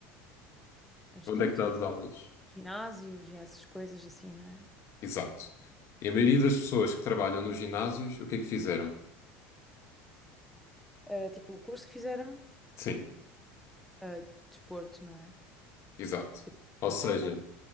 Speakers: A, in the centre; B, on the left.
A: Em estúdio,
B: Onde é que dá as aulas?
A: ginásios e essas coisas assim, não é?
B: Exato. E a maioria das pessoas que trabalham nos ginásios, o que é que fizeram?
A: Ah, tipo, o curso que fizeram,
B: Sim,
A: ah, desporto, não é?
B: exato.
A: Tipo,
B: Ou seja,
A: não, não.